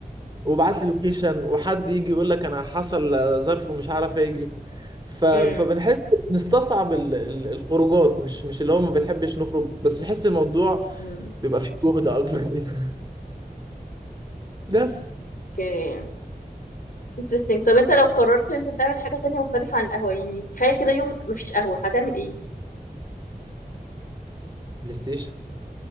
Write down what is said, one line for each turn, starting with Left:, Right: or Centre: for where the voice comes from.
Right: وبعت لي لوكيشن وحد يجي يقول لك انا حصل ظرف ومش عارف اجي ف... فبنحس
Left: امم
Right: نستصعب ال... ال- الخروجات مش مش اللي هو ما بنحبش نخرج بس نحس الموضوع
Left: امم
Right: بيبقى فيه جهد اكبر <laughs> منها. بس
Left: اوكي interesting طب انت لو قررت ان انت تعمل حاجه تانية مختلفه عن القهوه يعني تخيل كده يوم مفيش قهوه هتعمل ايه
Right: بلاي ستيشن